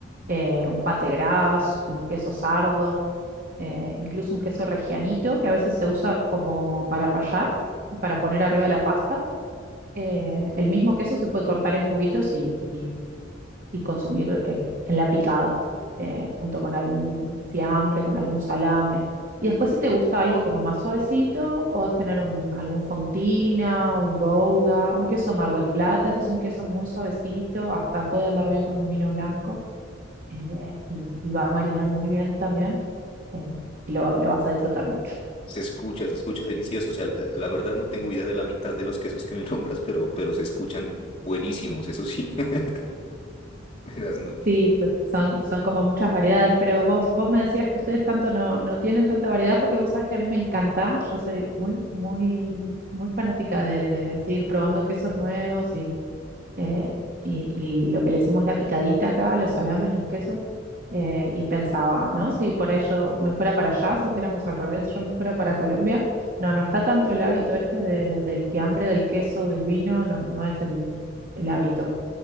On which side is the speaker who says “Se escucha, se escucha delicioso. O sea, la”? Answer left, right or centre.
Left